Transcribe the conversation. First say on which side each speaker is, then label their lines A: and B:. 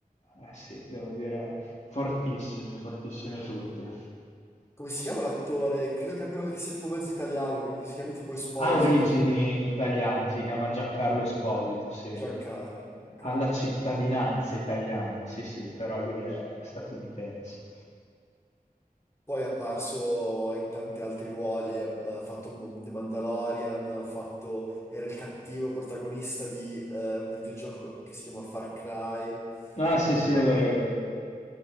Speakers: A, on the left (about 50°); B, on the left (about 20°).
A: eh sì, devo dire, fortissimi, fortissimi tutti.
B: Come si chiama l'attore? Credo che abbia, che sia tipo mezzo italiano, credo che si chiami tipo Esposito,
A: Ha origini italiane, si chiama Giancarlo Esposito, sì.
B: Giancarlo, ok.
A: Ha la cittadinanza italiana, sì, sì, però lui è statunitense.
B: Poi è apparso in tanti altri ruoli, ha, ha fatto The Mandalorian, ha fatto, era il cattivo protagonista di eh, un videogioco che si chiama Far Cry.
A: No,
B: Eh,
A: sì, sì, è vero, è vero, è vero.